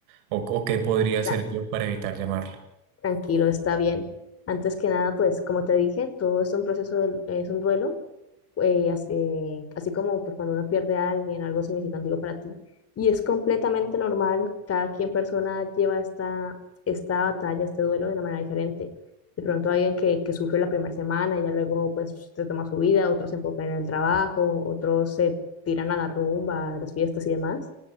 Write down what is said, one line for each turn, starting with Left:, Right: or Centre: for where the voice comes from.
Right: o, o qué podría hacer
Left: Tra-
Right: yo para evitar llamarla?
Left: Tranquilo, está bien. Antes que nada, pues como te dije, todo es un proceso, de- es un duelo eh, as- eh, así como pues, cuando uno pierde a alguien, algo significativo para ti. Y es completamente normal, cada quien persona lleva esta, esta batalla, este duelo de una manera diferente. De pronto hay alguien que, que sufre la primera semana y ya luego pues se toma su vida, otros se enfocan en el trabajo, otros se tiran a la rumba, a las fiestas y demás.